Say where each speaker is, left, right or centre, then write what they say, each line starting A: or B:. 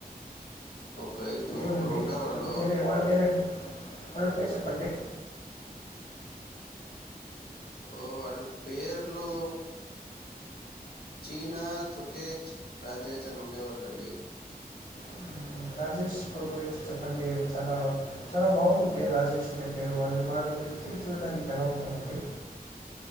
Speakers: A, on the left; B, on the left.
A: ఒక ఇద్దరు
B: ఏవరండి
A: ముగ్గురు ఉండేవాళ్ళు
B: వాళ్ళ పేరు వాళ్ళ పేరండి వాళ్ళ పేరు చెప్పండి
A: ఓ వాళ్ళ పేర్లు చీనా చుకేచ్ రాజేజ్ అని ఉండేవాల్లు అండి
B: మ్, రాజేష్ బ్రో గురించి చెప్పండి చాలా చాలా బాగుంది పేరు రాజేష్ అనే పేరు వాళ్ళు వాడు వ్యక్తి చూడడానికి ఎలా ఉంటాటడి